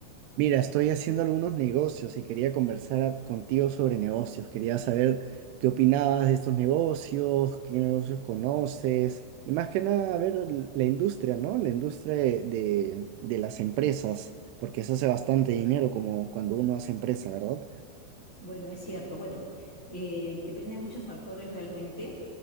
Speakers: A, on the right; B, on the left.
A: Mira, estoy haciendo algunos negocios y quería conversar a- contigo sobre negocios. Quería saber qué opinabas de estos negocios, qué negocios conoces y más que nada a ver l- la industria, ¿no? La industria de, de- de las empresas, porque se hace bastante dinero como cuando uno hace empresa, ¿verdad?
B: Bueno, es cierto. Bueno, eh, depende de muchos factores realmente,